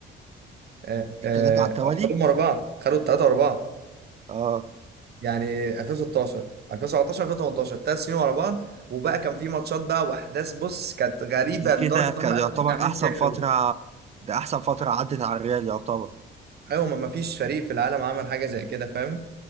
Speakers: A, on the right; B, on the right.
A: آه،
B: التلاته
A: آه،
B: على التوالي
A: آه، خدوهم ورا بعض خدوا الثلاثه ورا بعض
B: اه
A: يعني 2016 2017 2018 ثلاث سنين ورا بعض وبقى كان في ماتشات بقى واحداث بص كانت غريبه
B: ده كده
A: لدرجه
B: كان
A: ان هم قالوا
B: يعتبر
A: إن احنا عاملين
B: احسن
A: سحر
B: فتره
A: و...
B: ده احسن فتره عدت على الريال يعتبر ان
A: ايوه ما ما فيش فريق في العالم عمل حاجه زي كده فاهم